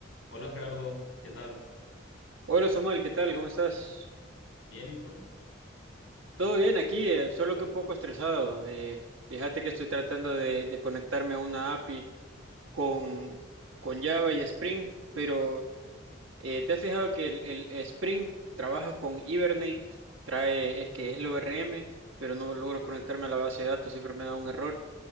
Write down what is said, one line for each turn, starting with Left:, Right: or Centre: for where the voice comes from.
Left: Hola Gerardo, ¿qué tal?
Right: Hola Samuel, ¿qué tal? ¿Cómo estás?
Left: Bien, ¿y tú?
Right: Todo bien aquí, eh, solo que un poco estresado. eh, fíjate que estoy tratando de, de conectarme a una API con, con Java y Spring, pero eh, ¿te has fijado que el, el Spring trabaja con Hibernate? Trae, es que es el ORM, pero no logro conectarme a la base de datos, siempre me da un error.